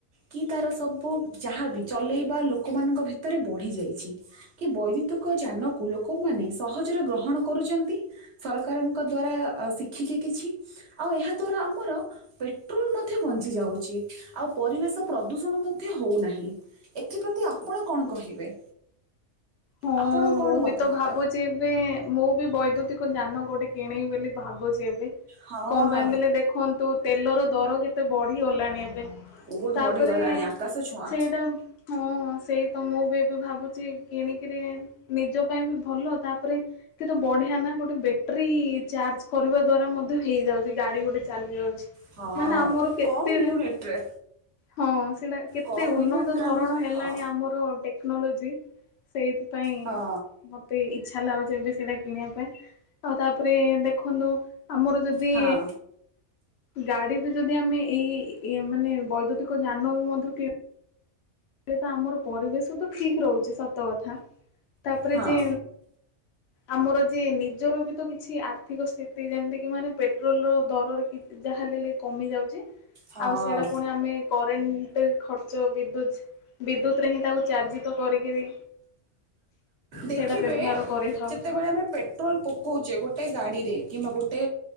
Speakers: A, on the right; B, on the left.
A: କି ତାର ସବୁ ଯାହାବି ଚଲେଇବା ଲୋକମାନଙ୍କ ଭିତରେ ବଢି ଯାଇଛି। କି ବୈଦ୍ୟୁତିକ ଯାନକୁ ଲୋକମାନେ ସହଜରେ ଗ୍ରହଣ କରୁଛନ୍ତି ସରକାରଙ୍କ ଦ୍ଵାରା ଶିଖିକି କିଛି ଆଉ ଏହା ଦ୍ଵାରା ଆମର ପେଟ୍ରୋଲ ମଧ୍ୟ ବଞ୍ଚି ଯାଉଛି ଆଉ ପରିବେଶ ପ୍ରଦୂଷଣ ମଧ୍ୟ ହଉ ନାହିଁ। ଏଥିପ୍ରତି ଆପଣ କଣ କହିବେ?
B: ହଁ
A: ଆପଣ କ'ଣ
B: ମୁଁ
A: ମତାମତ
B: ବି ତ ଭାବୁଛି ଏବେ ମୁଁ ବି ବୈଦ୍ୟୁତିକ ଯାନ ଗୋଟେ କିଣିବି ବୋଲି ଭାବୁଛି ଏବେ
A: ହଁ
B: କଣ ପାଇଁ ବୋଲେ ଦେଖନ୍ତୁ ତେଲର ଦର କେତେ ବଢିଗଲାଣି ଏବେ।
A: ବହୁତ
B: ତାପରେ
A: ବଢ଼ିଗଲାଣି ଆକାଶ ଛୁଆଁ
B: ସେଇଟା। ହଁ ସେଇ ତ ମୁଁ ବି ଏବେ ଭାବୁଛି କିଣିକିରି ନିଜ ପାଇଁ ବି ଭଲ ତାପରେ କେତେ ବଢିଆ ନା ଗୋଟେ ବେଟ୍ରି ଚାର୍ଜ କରିବା ଦ୍ଵାରା ମଧ୍ୟ ହେଇଯାଉଛି ଗାଡି ଗୋଟେ ଚାଲି ଯାଉଛି।
A: ହଁ
B: ମାନେ ଆମର କେତେ
A: କମ୍ ୟୁନିଟ୍ରେ।
B: ହଁ ସେଇଟା କେତେ
A: କମ୍
B: ଉନ୍ନତ
A: ୟୁନିଟ୍ରେ
B: ଧରଣ
A: ଆମେ
B: ହେଲାଣି
A: ହଁ
B: ଆମର ଟେକ୍ନୋଲୋଜି। ସେଇଥିପାଇଁ
A: ହଁ
B: ମତେ ଇଛା ଲାଗୁଛି ଏବେ ସେଇଟା କିଣିବା ପାଇଁ ଆଉ ତାପରେ ଦେଖନ୍ତୁ ଆମର ଯଦି
A: ହଁ
B: ଗାଡି ବି ଯଦି ଆମେ ଏଇ ମାନେ ବୈଦ୍ୟୁତିକ ଯାନ ବି ମଧ୍ୟ କି ଏ ତ ଆମର ପରିବେଶ ତ ଠିକ୍ ରହୁଛି ସତ କଥା। ତାପରେ
A: ହଁ
B: ଯେ ଆମର ଯେ ନିଜର ବି ତ କିଛି ଆର୍ଥିକ ସ୍ଥିତି ଯେମିତି କି ମାନେ ପେ ପେଟ୍ରୋଲର ଦରରେ କି ଯାହା ହେଲେ କମିଯାଉଛି
A: ହଁ
B: ଆଉ ସେଇଟା ପୁଣି ଆମେ କରେଣ୍ଟ ଖର୍ଚ୍ଚ ବିଦ୍ୟୁତ୍ ବିଦ୍ୟୁତରେ ହିଁ ତାକୁ ଚାର୍ଜ ତ କରିକିରି।
A: ଦେଖିବେ
B: ସେଇଟା ବ୍ୟବହାର କରିଥାଉଛୁ
A: ଯେତେବେଳେ ଆମେ ପେଟ୍ରୋଲ ପକଉଛେ ଗୋଟେ ଗାଡ଼ିରେ କିମ୍ବା ଗୋଟେ